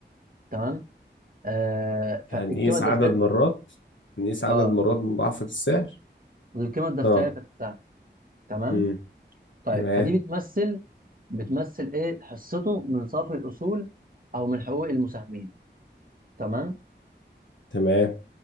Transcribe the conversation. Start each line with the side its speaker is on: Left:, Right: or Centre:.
Right: تمام آه فالقيمة
Left: هنقيس
Right: الدفترية
Left: عدد مرات هنقيس عدد
Right: اه
Left: مرات مضاعفة السعر
Right: للقيمة الدفترية
Left: اه
Right: بتاعت السهم تمام
Left: امم
Right: طيب
Left: تمام
Right: فدي بتمثل بتمثل ايه حصته من صافي الاصول او من حقوق المساهمين تمام
Left: تمام